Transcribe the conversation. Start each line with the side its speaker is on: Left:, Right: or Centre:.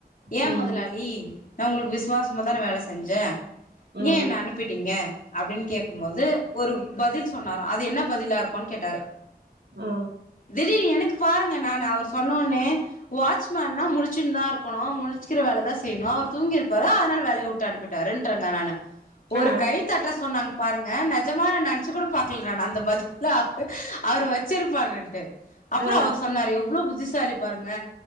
Left: ஏ
Right: ம்
Left: மொதலாளி நா உங்கள்க்கு விசுவாசமா தானே வேல செஞ்சே
Right: ஆ
Left: ஏ என்ன அனுப்பிடீங்க அப்டின்னு கேட்கும்போது ஒரு பதில் சொன்னார அது என்ன பதில் ல்லாருக்கூன் கேட்டாரு
Right: ஆ
Left: திடீனு எனக்கு பாருங்க நான் அவர் சொ இன்னோனு வாட்சமேன்னா முழிச்சினு தா இருக்கணு மு ழிக்கிற வேல தா செய்ணு அவர்துங்கிருப்பாரு அதனால வேலைய விட்டு அனுப்பிட் தரன் டாங்க நானு ஒரு
Right: ஆ
Left: கை தட்ற சொன்னாங் பாருங்க நெஜமா நென்ச்சிக் கூட பாக் ல நான் அந்த பதில அவ் அவரு வச்சிருப்பாரின்டு அப்புறம்
Right: ஆ
Left: அவரு சொன்னாரு எவ்ளோ புத்திச சாலிப் பாருங்க